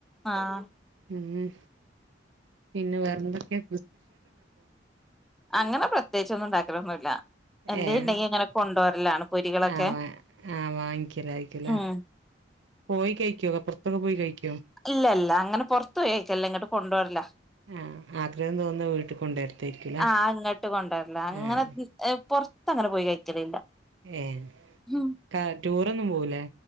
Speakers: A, in the centre; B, on the right.
A: ആഹ്
B: ഉം പിന്നെ വെറെന്തൊക്കെ
A: അങ്ങനെ പ്രത്യേകിച്ചൊന്നും ഉണ്ടാക്കലൊന്നുല്ല എന്തേ
B: ഏഹ്
A: ഉണ്ടെങ്കി ഇങ്ങനെ കൊണ്ടുവരലാണ് പൊരികളൊക്കെ
B: ആഹ് വാ ആഹ് വാങ്ങിക്കലായിരിക്കുംല്ലേ
A: ഉം
B: പോയി കഴിക്കോ പുറത്തൊക്കെ പോയി കഴിക്കോ
A: ഇല്ല ഇല്ല അങ്ങനെ പൊർത്തു പോയിക്കല്ല ഇങ്ങോട്ട് കൊണ്ടു വര്ല്ലാ
B: ആഹ് ആഗ്രഹം തോന്നുന്ന വീട്ടിൽ കൊണ്ടുവരത്തായിരിക്കുംല്ലേ
A: ആഹ് ഇങ്ങട്ട് കൊണ്ടുവര്ല്ല അങ്ങനെ
B: ആഹ്
A: ഏ പുറത്തങ്ങനെ പോയി കഴിക്കലില്ല
B: ഏഹ്
A: ഉം
B: ക ടൂറൊന്നും പോവൂലേ